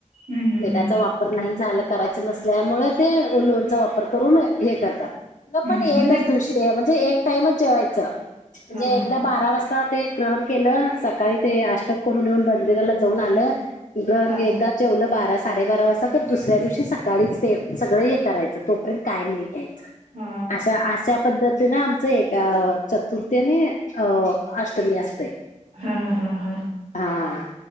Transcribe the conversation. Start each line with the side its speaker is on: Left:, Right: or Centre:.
Right: हम्म हम्म हम्म
Left: मीठाचा
Right: हम्म
Left: वापर नाही झाला करायच नसल्यामुळे ते लोनचा वापर करून हे करतात. मग
Right: हम्म
Left: पण एकच
Right: म्हणजे
Left: दिवशी म्हणजे एक टाइमच जेवायच. म्हणजे
Right: हा
Left: एकदा बारा वाजता ते, ग्रहण केलं. सकाळी ते अष्टक करून येऊन मंदिराला जाऊन आलं. ग्रहण
Right: हा
Left: एकदाच जेवल बारा साडेबारा वाजता. तर दुसऱ्या दिवशी सकाळीच ते सगळं हे करायचं. तोपर्यंत काय नाही घ्यायचं.
Right: हा
Left: अश्या अश्या पद्धतीने आमचं ए चतुर्थी आणि अ अष्टमी असतय
Right: हा हा हा
Left: हा.